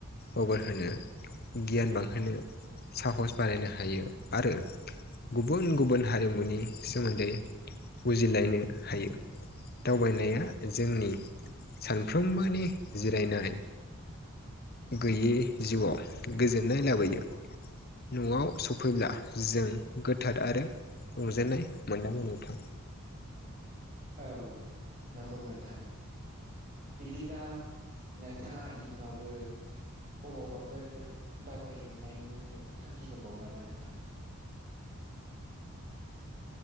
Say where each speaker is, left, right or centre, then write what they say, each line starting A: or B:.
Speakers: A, on the left (about 45°); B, on the right (about 35°).
A: अगर होनो गियान बांहोनो साहस बानायनो हायो आरो गुबुन गुबुन हारिमुनि सोमोन्दै बुजिलायनो हायो। दावबायनाया जोंनि सानफ्रोमबोनि जिरायनाय गैयै जिउआव गोजोननाय लाबोयो। न'आव सफैब्ला जों गोथार आरो रुजेननाय मोनदांगोन नोंथां।
B: औ नंगौ नोंथां। बिब्दिब्ला नोंथाङा इयुनावबो बबावबाफोर दावबायहैबावनायनि थांखि दंबावो नामा नोंथां।